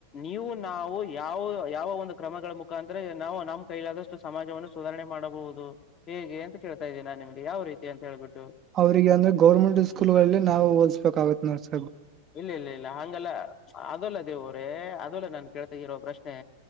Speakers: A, on the left (about 30°); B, on the right (about 30°).
A: ನೀವು ನಾವು ಯಾವ ಯಾವ ಒಂದು ಕ್ರಮಗಳ ಮುಖಾಂತರ ನಾವು ನಮ್ಮ್ ಕೈಲಾದಷ್ಟು ಸಮಾಜವನ್ನು ಸುಧಾರಣೆ ಮಾಡಬಹುದು ಹೇಗೆ ಅಂತೇಳ್ತ ಇದ್ದನಿ ನಿಮಗೆ ಯಾವ ರೀತಿ ಅಂತೇಳ್ಬಟ್ಟು
B: ಅವ್ರರಿಗೆ ಅಂದ್ರ ಗರ್ಮೆಂಟ್ ಸ್ಕೂಲ್ ಗಳಲ್ಲಿ ನಾವು ಓಲ್ಸ್ಬೇಕಾಗಗತ್ ನೋಡ್ಸ.
A: ಇಲ್ಲ ಇಲ್ಲ ಇಲ್ಲ ಹಂಗಲ್ಲ ಅದಲ್ಲ ದೇವರೇ ಅದೆಲ್ಲ ನಾನ್ ಕೇಳ್ತ ಇಿರೋ ಪ್ರಶ್ ಶ್ನೆ